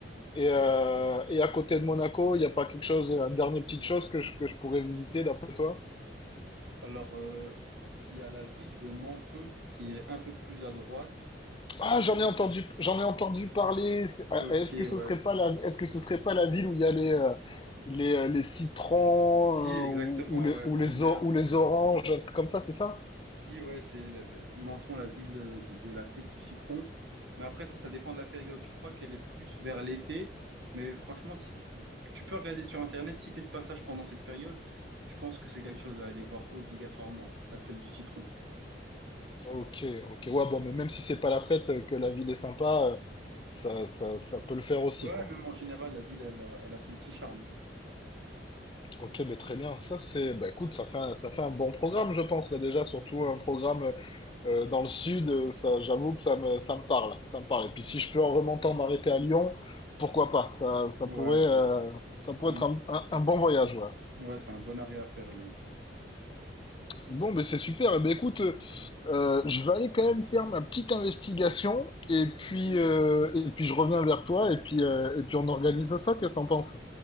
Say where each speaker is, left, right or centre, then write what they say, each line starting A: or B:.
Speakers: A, on the left; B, on the right.
A: Et, euh, et à côté de Monaco, il n'y a pas quelque chose, une dernière petite chose que je, que je pourrais visiter d'après toi?
B: Alors, euh, il y a la ville de Menton qui est un peu plus à droite. Je
A: Ah,
B: sais
A: j'en
B: pas si
A: ai entendu,
B: tu...
A: j'en ai entendu parler. C'est- ah,
B: Ok,
A: Est-ce que ce
B: ouais.
A: serait pas la, est-ce que ce serait pas la ville où il y a les, euh, les, euh, les citrons
B: Si,
A: euh,
B: exactement,
A: ou, ou les,
B: ouais,
A: ou
B: ouais.
A: les,
B: Mais
A: or- ou les oranges, un truc comme ça, c'est ça?
B: Si, ouais, c'est la- la- Menton, la ville de, de la fête du citron. Mais après, ça, ça dépend de la période. Je crois qu'elle est plus vers l'été. Mais franchement, si si- tu peux regarder sur Internet, si tu es de passage pendant cette période, je pense que c'est quelque chose à aller voir obligatoirement, la fête du citron.
A: Ok, ok. Ouais, bon, mais même si c'est pas la fête, euh, que la ville est sympa, euh, ça, ça, ça peut le faire aussi,
B: Ouais,
A: quoi.
B: même en général, la ville, elle a, elle a son petit charme.
A: Ok, ben très bien. Ça, c'est, ben écoute, ça fait un, ça fait un bon programme, je pense, là déjà, surtout un programme euh, dans le sud, euh, ça, j'avoue que ça me, ça me parle, ça me parle. Et puis si je peux en remontant dans l'été à Lyon, pourquoi pas? Ça, ça
B: Ouais,
A: pourrait,
B: c'est
A: euh,
B: c'est-
A: ça pourrait
B: mm,
A: être un,
B: c'est-
A: un- un bon voyage, ouais.
B: ouais, c'est un bon arrêt à faire, Lyon.
A: Bon, mais c'est super. Eh ben écoute, euh, je vais aller quand même faire ma petite investigation et puis,
B: Mhm.
A: euh, et puis je reviens vers toi et puis, euh, et puis on organise ça. Qu'est-ce que t'en penses?